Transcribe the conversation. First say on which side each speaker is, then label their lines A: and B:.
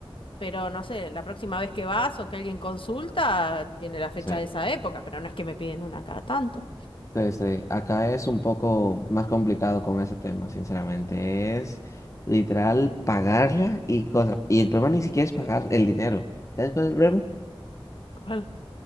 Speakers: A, on the left (about 65°); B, on the left (about 35°).
A: pero no sé, la próxima vez que vas o que alguien consulta, tiene la fecha
B: Sí.
A: de esa época, pero no es que me piden una cada tanto.
B: Sí, sí. Acá es un poco más complicado con ese tema, sinceramente. Es literal pagarla y cosas. Y el problema ni siquiera es pagar el dinero. ¿Sabes cuál es el problema?
A: ¿Cuál?